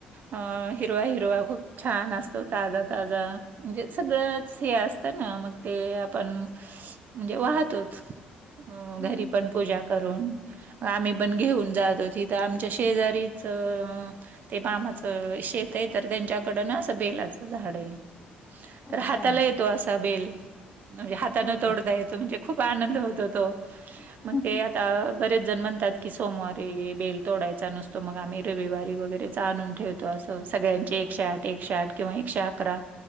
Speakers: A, on the right; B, on the left.
A: अ हिरवा - हिरवा खूप छान असतो ताजा- ताजा म्हणजे सगळंच हे असतं ना मग ते आपण म्हणजे वाहतोच. अ
B: हम्म
A: घरी पण पूजा करून. आम्ही पण घेऊन जातो तिथं आमच्या शेजारी च ते मामाचं शेत आहे तर त्यांच्याकड ना असं बेलाचं झाड आहे. तर
B: अच्छा
A: हाताला येतो असा बेल म्हणजे हाताानं
B: हो
A: तोडता येतो म्हणजे, खूप आनंद होतो तो
B: का
A: मग ते बरेच जण म्हणतात की सोमवारी बेल तोडायच्या नुस तो मग आम्ही रविवारी वगैरेच आणून ठेवतो. असं सगळ्यांचे एकशे आठ, एकशे आठ किंवा एकशे अकरा.